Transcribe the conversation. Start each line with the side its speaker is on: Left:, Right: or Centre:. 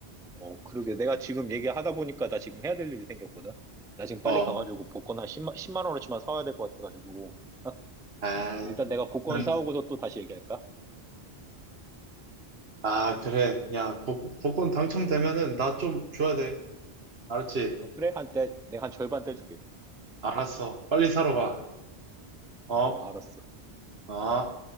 Centre: 어, 그러게. 내가 지금 얘기하다 보니까 나 지금 해야 될 일이 생겼거든. 나 지금 빨리
Right: 어,
Centre: 가가지고 복권 한 10만, 십만 원어치만 사와야 될 것 같아가지고. <laughs>
Right: 아,
Centre: 일단 내가 복권
Right: 그래.
Centre: 사오고서 또 다시 얘기할까?
Right: 아, 그래. 야, 복, 복권 당첨되면은 나 좀 줘야 돼. 알았지?
Centre: 아, 그래? 한 때, 내가 한 절반 떼줄게.
Right: 알았어. 빨리 사러 가. 어,
Centre: 어, 알았어.
Right: 어.